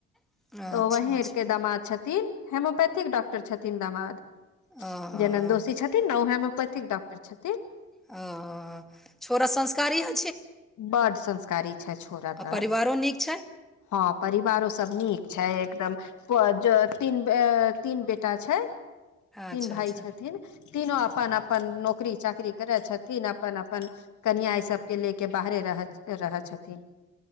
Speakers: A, in the centre; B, on the left.
A: अच्छा
B: तऽ वहीके
A: अच्छा
B: दामाद छथिन होेम्योपैथिक डॉक्टर छथिन दामाद
A: हँ
B: ज नन्दोसी छथिन न होेम्योपैथिक डॉक्टर छथिन
A: ओ छोड़ संस्कारी ह
B: बड संस्कारी छै छोरा
A: आ
B: तऽ
A: परिवारो नीक छै
B: हँ परिवारो सब नीक छै एकदम प ज तीन तीन बेटा छै
A: अच्छा
B: तीन भाइ
A: अच्छा
B: छथिन तीनो अपन अपन नौकरी चाकरी करे छथिन अपन अपन कनिया ई सबके लेके के बाहरे रह रहै छथिन